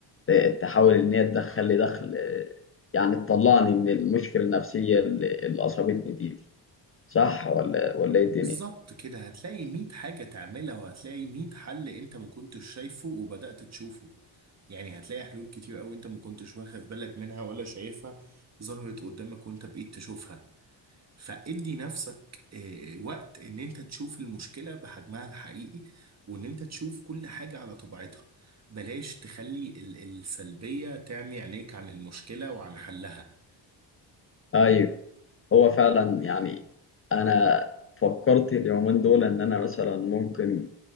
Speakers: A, on the left; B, on the right.
A: ت- تحاول ان هي تدخل لي دخل آه، يعني تطلعني من المشكله النفسيه اللي اللي اصابتني دي, دي صح ولا ولا ايه الدنيا
B: بالظبط كده هتلاقي مية حاجة تعملها وهتلاقي مية حل انت ما كنتش شايفه وبدأت تشوفه يعني هتلاقي حلول كتير قوي انت ما كنتش واخد بالك منها ولا شايفها ظهرت قدامك وانت بقيت تشوفها فادي نفسك آه، وقت ان انت تشوف المشكلة بحجمها الحقيقي وان انت تشوف كل حاجة على طبيعتها بلاش تخلي ال- السلبية تعمي عينيك عن المشكلة وعن حلها
A: ايوه هو فعلا يعني انا فكرت اليومين دول ان انا مثلا ممكن